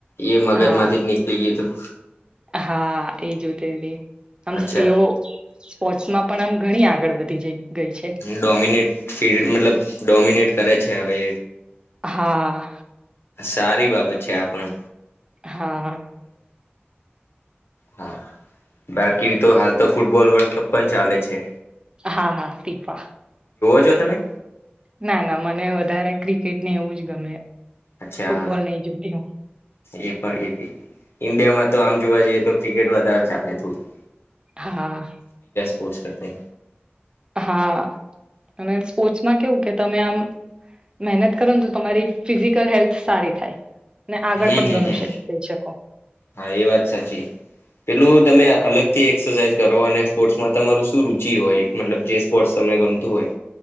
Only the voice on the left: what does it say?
એ મગજ
માંથી જ નીકળી ગયું તું.
અચ્છા
ડોમિનેટ ફી મતલબ ડોમિનેટ કરે છે હવે.
સારી બાબત છે આપણ.
હા, બાકી તો હાલ તો ફૂટબોલ વર્લ્ડ કપ પણ ચાલે છે.
જો તમે?
અચ્છા
એ ઇન્ડિયામાં તો આમ જોવા જઈએ તો ક્રિકેટ વધારે ચાલે થોડું.
સ્પસ કરતે.
હમ
હમ
હમ,
હા એ વાત સાચી, પેલું તમે અલગ થી એક્સરસાઇઝ કરો અને સ્પોર્ટ્સમાં તમારું શું રુચિ હોય મતલબ જે સ્પોર્ટ્સ ત ગમતું હોય.